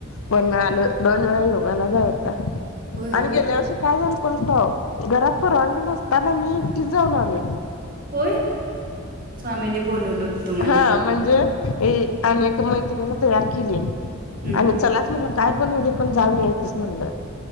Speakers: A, on the left (about 70°); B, on the right (about 40°).
A: पळालं दोन वेळा योगायला जायचा
B: होय
A: आणि गेल्या वर्षी काय झालं. क घरात परवानगी नसताना मी एकटीच जाऊन आले.
B: होय स्वामीने बोलवलं होतं तुम्हाला
A: हा म्हणजे अनेक मैत्रिन तयार केली
B: हं,
A: आणि चला. मला काय पण होउदे पण जाऊन यायच म्हण